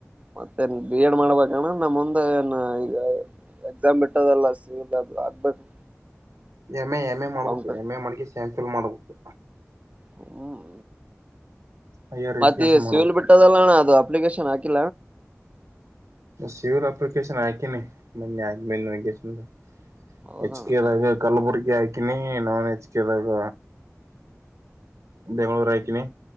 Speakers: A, on the right; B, on the right.
A: ಮತ್ತೆನ್ ಬಿ ಎಡ್ ಮಾಡ್ಬೇಕಣ ನಮ್ಮ ಮುಂದ ಏನ್ ಈಗ ಎಕ್ಸಾಮ್ ಬಿಟ್ಟೋದಲ್ಲ ಸ ಅದು ಆಗ್ಬೇಕು
B: ಎಮ್ ಎಮ್ ಎ ಮಾಡ್ಬಟ್ಟು
A: ಕಂಪ್ಲೀಟ್
B: ಎಮ್ ಎ ಮಾಡ್ಕ ಸ್ಯಾಂಫಿಲ್ ಮಾಡ್ಬಟ್ಟು
A: ಹ್ಮ್
B: ಹೈಯರ್
A: ಮತ್ತೆ
B: ಎಜುಕೇಶನ್
A: ಶಿವಲ್
B: ಮಾಡ್ಬೇಕು
A: ಬಿಟ್ಟದಲ್ಲಣ್ಣ ಅದು ಅ ಹಾಕಿ
B: ಸವರ್ ಅಪ್ಲಿಕೇಶನ್ ಹಾಕಿನಿ ಮನ್ನಿ ಆಗ್ಬೇ ವಗನ್
A: ಹೌದಣ್ಣ
B: ಹೆಚ್ ಕೆೇದ ಕಳ್ಳುಪುರಿ ಹಾಕಿನಿ ನಾನ್ ಹೆಚ್ ಕೆದಾಗ ಬೆಂಗಗಳೂರು ಹಾಕಿನಿ